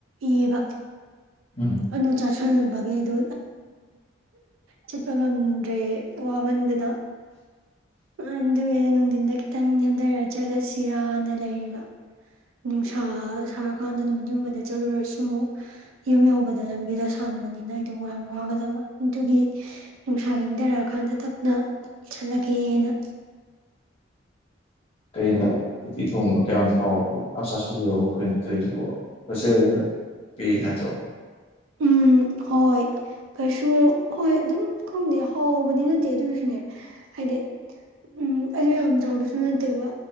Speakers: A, on the right; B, on the left.
A: ꯏꯌꯦꯕ
B: ꯎꯝ
A: ꯑꯗꯨꯆꯥ ꯁꯜꯂꯨꯕꯒꯤ ꯑꯩꯗꯣ ꯆꯠꯄ ꯉꯝꯗ꯭ꯔꯦ ꯋꯥꯃꯟꯗꯨꯅ ꯑꯗꯨꯒꯤꯗꯣ ꯅꯨꯡꯊꯤꯟꯗ ꯈꯤꯇꯪ ꯅꯦꯝꯊꯔ ꯆꯠꯂꯁꯤꯔꯅ ꯂꯩꯔꯤꯕ ꯅꯨꯡꯁꯥ ꯁꯥꯔꯀꯥꯟꯗ ꯅꯨꯃꯤꯠ ꯌꯨꯝꯕꯗ ꯆꯠꯂꯨꯔꯁꯨ ꯑꯃꯨꯛ ꯌꯨꯝ ꯌꯧꯕꯗ ꯂꯝꯕꯤꯗꯣ ꯁꯥꯡꯕꯅꯤꯅ ꯑꯩꯗ ꯋꯥ ꯌꯥꯝ ꯋꯥꯒꯗꯕ ꯑꯗꯨꯒꯤ ꯅꯨꯡꯁꯥꯒꯤꯡꯊꯔꯛꯑꯀꯥꯟꯗ ꯇꯞꯅ ꯆꯠꯂꯒꯦꯅ
B: ꯀꯩꯅꫭ ꯎꯇꯤ ꯊꯣꯡꯕ ꯀꯌꯥꯝ ꯍꯥꯎꯔꯒꯦ ꯃꯥꯌꯝ ꯆꯁꯜꯂꯨꯔꯕꫭ ꯀꯩꯅꫭ ꯇꯧꯔꯤꯖꯤꯕꫭ ꯍꯣꯁꯦꯜ ꯄꯤ ꯅꯠꯇ꯭ꯔꯣ
A: ꯎꯝ ꯍꯣꯏ ꯀꯩꯁꯨ ꯍꯣꯏ ꯑꯗꯨꯝ ꯈꯪꯗꯦ ꯍꯥꯎꯕꯗꯤ ꯅꯠꯇꯦ ꯑꯗꯨꯏꯁꯨꯅꯦ ꯍꯥꯏꯗꯤ ꯎꯝ ꯑꯗꯨ ꯌꯥꯝ ꯆꯥꯕꯁꯨ ꯅꯠꯇꯦꯕ